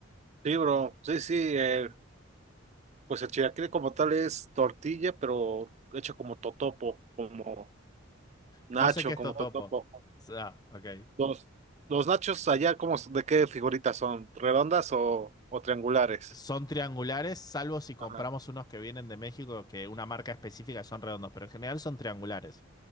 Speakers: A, on the right; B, on the left.
A: Sí, bro, sí, sí. eh, pues el chilaquil como tal es tortilla, pero hecho como totopo, como nacho,
B: No sé qué es
A: como
B: totopo.
A: totopo.
B: O sea, ok.
A: Los, los nachos allá, ¿cómo, de qué figuritas son? ¿Redondas o, o triangulares?
B: Son triangulares, salvo si compramos
A: Ajá.
B: unos que vienen de México, que una marca específica que son redondos, pero en general son triangulares.